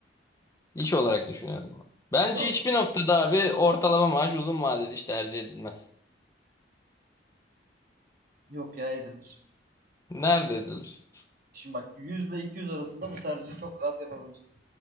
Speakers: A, on the left (about 20°); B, on the right (about 55°).
A: İş olarak
B: Ha,
A: düşünüyorum. ben. Bence
B: iş ol-
A: hiçbir noktada abi ortalama maaş uzun vadeli iş tercih edilmez.
B: yok ya edilir.
A: Nerede edilir?
B: Şimdi bak 100 ile 200 arasında bu tercihi çok rahat yapabilirsin.